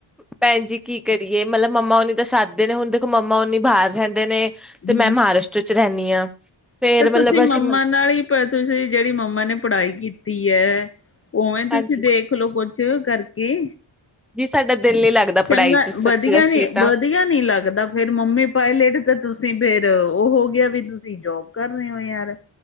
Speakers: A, in the centre; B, on the left (about 30°).
A: ਭੈਣ ਜੀ ਕੀ ਕਰੀਏ, ਮਤਲਬ ਮੰਮਾ ਓਨੀ ਤਾਂ ਸੱਦਦੇ ਨੇ ਹੁਣ ਦੇਖੋ ਮੰਮਾ ਓਨੀ ਬਾਹਰ ਰਹਿੰਦੇ ਨੇ ਤੇ
B: ਹੂੰ।
A: ਮੈਂ ਮਹਾਰਾਸ਼ਟਰ ਚ ਰਹਿੰਦੀ ਹਾਂ ਫੇਰ
B: ਤੇ
A: ਮਤਲਬ
B: ਤੁਸੀਂ ਮੰਮਾ
A: ਅਸੀਂ
B: ਨਾਲ ਹੀ ਤੁਸੀਂ ਜਿਹੜੀ ਮੰਮਾ ਨੇ ਪੜ੍ਹਾਈ ਕੀਤੀ ਹੈ। ਉਵੇਂ ਤੁਸੀਂ
A: ਹਾਂਜੀ,
B: ਦੇਖਲੋ ਕੁਛ ਕਰਕੇ
A: ਜੀ ਸਾਡਾ ਦਿਲ ਨੀ ਲੱਗਦਾ
B: ਚੰਗਾ
A: ਪੜ੍ਹਾਈ ਚ ਸੱਚੀ
B: ਵਧੀਆ
A: ਦੱਸੀਏ
B: ਨੀ
A: ਤਾਂ,
B: ਵਧੀਆ ਨੀ ਲੱਗਦਾ, ਫੇਰ ਮੰਮੀ ਪਾਏਲੇਟ ਤੇ ਤੁਸੀਂ ਤੁਸੀਂ ਫੇਰ ਉਹ ਹੋ ਗਿਆ ਵੀ ਤੁਸੀਂ ਜੋਬ ਕਰ ਰਹੇ ਹੋ ਯਾਰ,